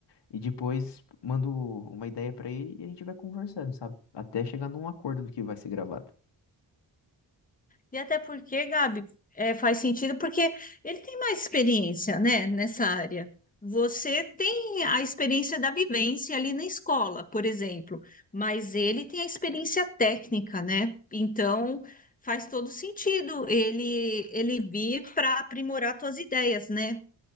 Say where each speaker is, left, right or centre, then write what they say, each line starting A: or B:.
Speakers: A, on the left (about 70°); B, on the left (about 20°).
A: E depois mando uma ideia pra ele e a gente vai conversando, sabe? Até chegar num acordo do que vai ser gravado.
B: E até porque, Gabi, é, faz sentido porque ele tem mais experiência, né, nessa área. Você tem a experiência da vivência ali na escola, por exemplo, mas ele tem a experiência técnica, né? Então faz todo sentido ele ele vir para aprimorar tuas ideias, né?